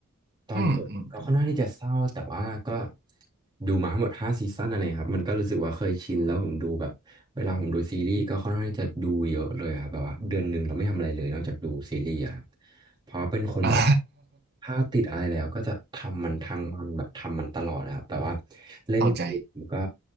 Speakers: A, on the right; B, on the right.
A: ตอนจบก็ค่อนข้างที่จะเศร้าแต่ว่าก็
B: อืมอืม
A: ดูมาทั้งหมดห้าซีซั่นอะไรครับมันก็รู้สึกว่าเคยชินแล้วผมดูแบบเวลาผมดูซีรีส์ก็ค่อนข้างที่จะดูเยอะเลยครับแบบว่าเดือนหนึ่งเราไม่ทำอะไรเลยนอกจากดูซีรีส์อะครับ เพราะเป็นคนแบบ
B: <laughs> อ่า
A: ถ้าติดอะไรแล้วก็จะทำมันทั้งวันแบบทำมันตลอดนะครับแบบว่า
B: <laughs>
A: เล่นเกมก็
B: เข้าใจ